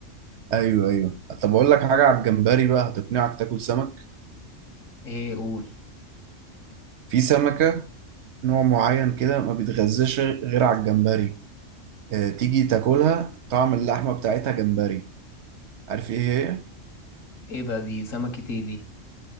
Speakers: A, on the right; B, on the left.
A: ايوه ايوه طب اقول لك حاجه على الجمبري بقى هتقنعك تاكل سمك
B: ايه قول
A: في سمكه نوع معين كده ما بيتغذاش غير على الجمبري اه تيجي تاكلها طعم اللحمه بتاعتها جمبري عارف ايه هي
B: ايه ده دي سمكة ايه دي